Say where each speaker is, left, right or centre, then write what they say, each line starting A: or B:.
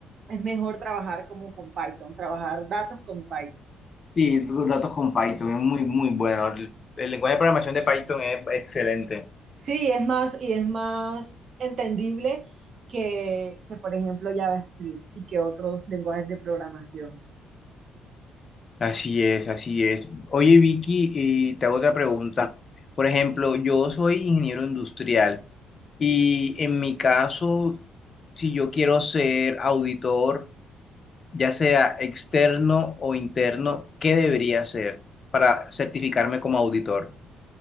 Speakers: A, on the right; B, on the left.
A: es mejor trabajar como con Python, trabajar datos con Python.
B: Sí, los datos con Python es muy, muy bueno. El, el lenguaje de programación de Python es excelente.
A: Sí, es más, y es más entendible que, que, por ejemplo, JavaScript y que otros lenguajes de programación.
B: Así es, así es. Oye, Vicky, y te hago otra pregunta. Por ejemplo, yo soy ingeniero industrial y en mi caso, si yo quiero ser auditor, ya sea externo o interno, ¿qué debería hacer para certificarme como auditor?